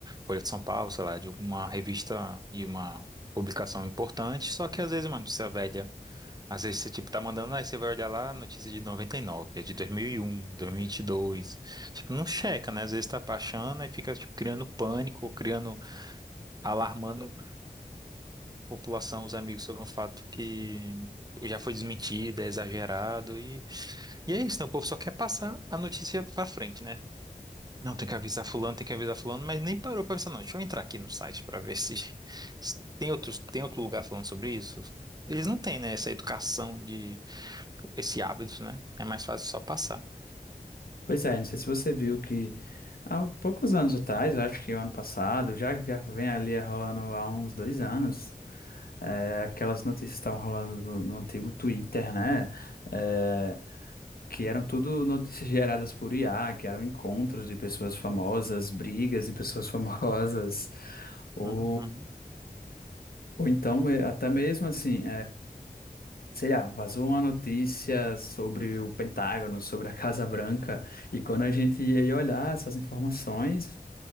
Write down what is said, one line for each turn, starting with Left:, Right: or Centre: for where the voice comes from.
Right: Folha de São Paulo, sei lá, de uma revista e uma publicação importante, só que às vezes é uma notícia velha. Às vezes você, tipo, tá mandando, aí você vai olhar lá, notícia de 99 é de dois dois mil e um, dois mil e um e dois Tipo, não checa, né? Às vezes tá baixando e fica, tipo, criando pânico, criando, alarmando população, os amigos, sobre um fato que já foi desmentido, é exagerado e, e é isso, né? O povo só quer passar a notícia pra frente, né? Não, tem que avisar fulano, tem que avisar fulano, mas nem parou pra pensar, não. Deixa eu entrar aqui no site pra ver se, <laughs> se tem outro, tem outro lugar falando sobre isso. Eles não têm, né, essa educação de esse hábito, né? É mais fácil só passar.
Left: Pois é, não sei se você viu que há poucos anos atrás, eu acho que o ano passado, já, já vem ali rolando há uns dois anos, é, aquelas notícias que estavam rolando no, no antigo Twitter, né? É, que eram tudo notícias <laughs> geradas por IA, que eram encontros de pessoas famosas, brigas de pessoas <laughs> famosas, ou,
Right: Uhum.
Left: ou então eh, até mesmo assim. sei lá, vazou uma notícia sobre o Pentágono, sobre a Casa Branca, e quando a gente ia ir olhar essas informações,